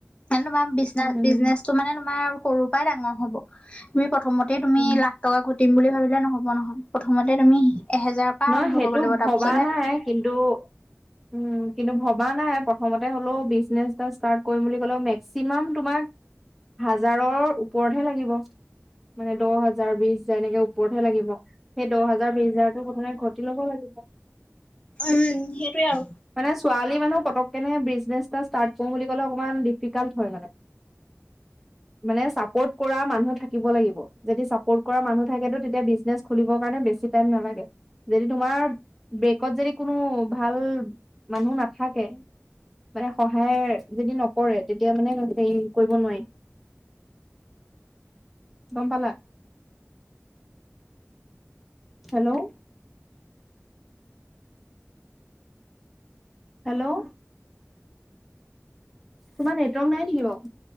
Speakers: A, on the left (about 25°); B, in the centre.
A: তোমাৰ বিনে
B: উম
A: বিজনেচ ত', মানে তোমাৰ সৰুৰ পৰাই ডাঙৰ হ'ব, তুমি প্ৰথমতেই তুমি
B: উম
A: লা টকা ঘটিম বুলি ভাবিলে নহব নহয়, প্ৰথমতে তুমি এহেজাৰৰ পৰা
B: নহয়
A: আৰম্ভ
B: সেইটো
A: কৰিব লাগিব, তাৰপিছত
B: ভবা নাই কিন্তু উ কিন্তু ভবা নাই, প্ৰথমতে হ'লেও বিজনেছ এটা ষ্টাৰ্ট কৰিম বুলি ক'লেও মেক্সিমাম তোমাক হাজাৰৰ ওপৰতহে লাগিব। মানে দহ হাজাৰ বিশ হাজাৰ এনেকে ওপৰতহে লাগিব, সেই দহ হাজাৰ বিশ হাজাৰতো মোনে ঘটি ল'ব লাগিব।
A: উম সেইটোৱে আৰু।
B: মানে ছোৱালী মানুহ পতকনে বিজনেছ এটা ষ্টাৰ্ট কৰো বুলি ক'লে, অকণমান ডিফিকাল্ট হয় মানে।
A: <inaudible>
B: মানে চাপৰ্ট কৰা মানুহ থাকিব লাগিব, যদি চাপৰ্ট কৰা মানুহ থাকেতটো তেতিয়া বিজনেছ খুলৰ কাৰণে বেছি টম নালাগে, যদি তোমাৰ ব্ৰেকত যদি কোনো ভাল মানুহ নাথাকে। মানে সহায় যদি নকৰে, তেতিয়া মানে হেৰি কৰিব নোৱাৰিম। গম পালা। হেল্ল' হেল্ল' তোমাৰ নেটৱৰ্ নাই নেকি বাৰু?